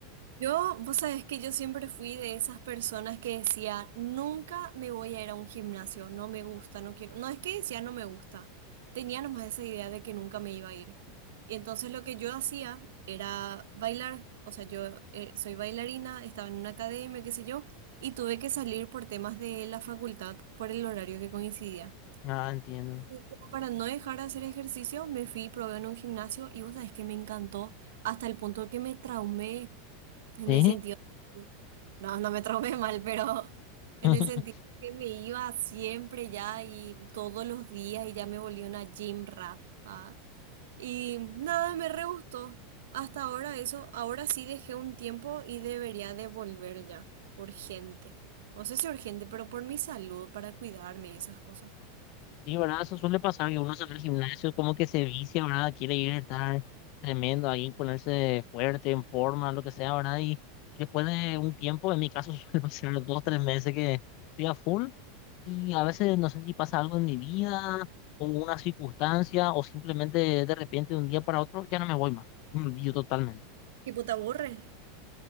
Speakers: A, on the right (about 75°); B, on the left (about 55°).
A: Yo, vos sabés que yo siempre fui de esas personas que decía, nunca me voy a ir a un gimnasio, no me gusta, no quiero. No es que decía no me gusta, tenía nomás esa idea de que nunca me iba a ir. Y entonces lo que yo hacía era bailar, o sea, yo eh, soy bailarina, estaba en una academia, qué sé yo, y tuve que salir por temas de la facultad, por el horario que coincidía.
B: Ah, entiendo.
A: Y como para no dejar de hacer ejercicio, me fui y probé en un gimnasio y vos sabés que me encantó hasta el punto que me traumé. En
B: ¿Sí?
A: el sentido, no, no me traumé mal, pero <laughs> en
B: <laughs>
A: el sentido que me iba siempre ya y todos los días y ya me volví una gym rat, ¿va? Y nada, me re gustó. Hasta ahora eso, ahora sí dejé un tiempo y debería de volver ya, urgente. No sé si urgente, pero por mi salud, para cuidarme y esas cosas.
B: Sí, ¿verdad? Eso suele pasar que uno se va al gimnasio como que se vicia, ¿verdad? Quiere ir a estar tremendo ahí, ponerse fuerte, en forma, lo que sea, ¿verdad? Y después de un tiempo, en mi caso <laughs> suele pasar dos, tres meses que estoy a full y a veces no sé si pasa algo en mi vida o una circunstancia o simplemente de repente de un día para otro ya no me voy más, me olvido totalmente.
A: Tipo, ¿te aburre?